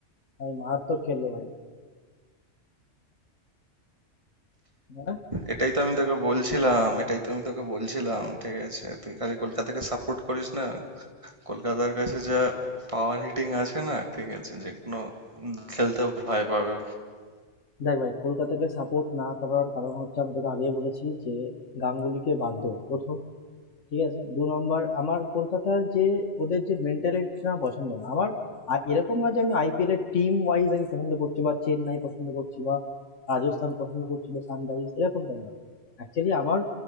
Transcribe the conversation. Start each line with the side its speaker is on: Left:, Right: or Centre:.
Left: ভাই মারাত্মক খেললো ভাই হ্যাঁ
Right: এটাই তো আমি তোকে বলছিলাম এটাই তো আমি তোকে বলছিলাম ঠিক আছে তুই খালি কলকাতাকে সাপোর্ট করিস না কলকাতার কাছে যা পাওয়ার হিটিং আছে না ঠিক আছে যে কোনো খেলতে ভয় পাবে
Left: দেখ ভাই কলকাতাকে সাপোর্ট না করার কারণ হচ্ছে আমি তোকে আগেই বলেছি যে গাঙ্গুলিকে বাদ দেওয়া প্রথম ঠিক আছে? ২ নম্বর আমার কলকাতার যে ওদের যে মেন্টালিটিটা আমার পছন্দ না। আমার আ এরকম না যে আমি আইপিএল এর টিম ওয়াইজ আমি পছন্দ করছি বা চেন্নাই পছন্দ করছি বা রাজস্থান পছন্দ করছি বা সানরাইজ এরকমটা না। অ্যাকচুয়ালি আমার